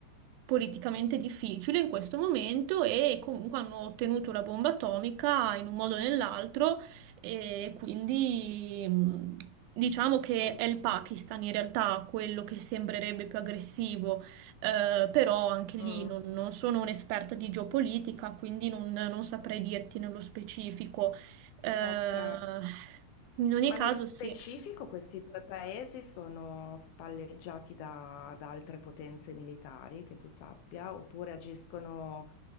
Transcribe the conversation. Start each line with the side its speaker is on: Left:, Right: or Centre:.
Right: politicamente difficile in questo momento e comunque hanno ottenuto la bomba atomica in un modo o nell'altro e quindi mh, diciamo che
Left: Certo.
Right: è il Pakistan in realtà quello che sembrerebbe più aggressivo, eh, però anche lì
Left: Mm.
Right: non, non sono un'esperta di geopolitica, quindi non non saprei dirti nello specifico. Eh,
Left: Ok.
Right: in ogni
Left: Ma
Right: caso,
Left: nello specifico
Right: sì.
Left: questi due paesi sono spalleggiati da, da altre potenze militari, che tu sappia, oppure agiscono